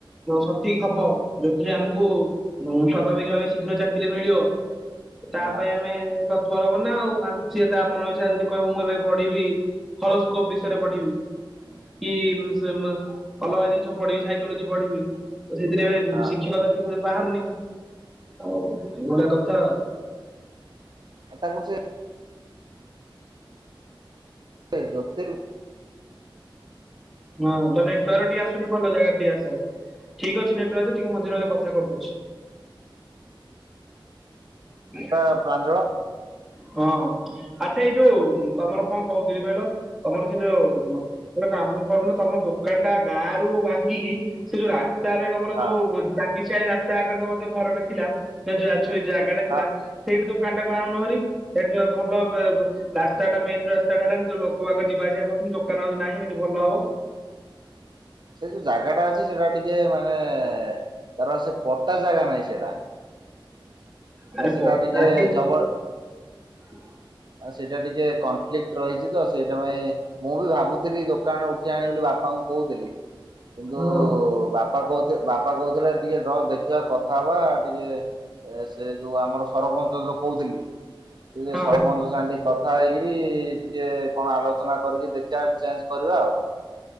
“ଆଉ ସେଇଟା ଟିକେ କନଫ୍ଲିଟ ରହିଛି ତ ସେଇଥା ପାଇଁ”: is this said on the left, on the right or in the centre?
Right